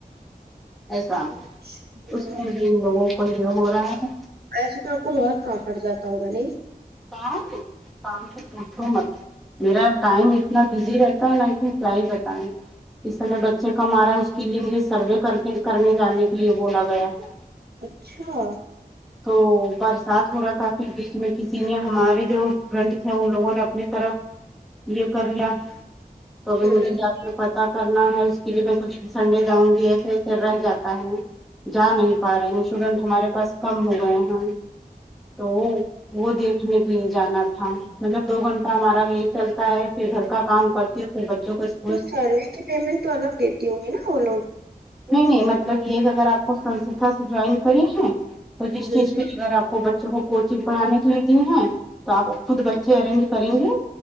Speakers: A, in the centre; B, on the right.
A: ایسا
B: اچھا
A: اس میں بھی ان لوگوں کو یہ ہورہا ہے
B: ایسے تو آپ کو بہت کام پڑ جاتا ہوگا نہیں
A: کام کام تو پوچھو مت میرا ٹائم اتنا بزی رہتا ہے نہ کہ لا ئیں بتا ئیں اس سمے بچے کمارا ہے اس کے لیے مجھے سروے کر کے کرنے جانے کے لیے بولا گیا ہے
B: اچھا
A: تو برسات ہو رہا تھا پھر بیچ میں کسی سینئر ہمارے جو گنت ہے ان لوگوں نے اپنی طرف یہ کر لیا تو بھی مجھے
B: اچھا
A: یاد تو پتہ کرنا ہے اس کے لیے میں سوچ رہی تھی سنڈے جاؤں گی ایسے ایسے رہ جاتا ہے نا جا نہیں پا رہے ہیں اسٹوڈنٹ ہمارے پاس کم ہو گئے ہیں تو وہ وہ دیکھنے کے لیے جانا تھا مطلب دو گھنٹہ ہمارا یہی چلتا ہے کہ گھر کا کام کر کے پھر بچوں کو اسک
B: تو سروے کی پیمنٹ تو الگ دیتی ہوں گی نا وہ لوگ
A: نہیں نہیں مطلب یہ کہ اگر آپ کو سنستھا سے جوائن کری ہے تو جس
B: ہوں
A: چیز کے
B: ہوں
A: لیے اگر آپ کو بچ بچوں کو کوچنگ پڑھانے کے لیے دی ہیں تو آپ خود بچے ارینج کریں گے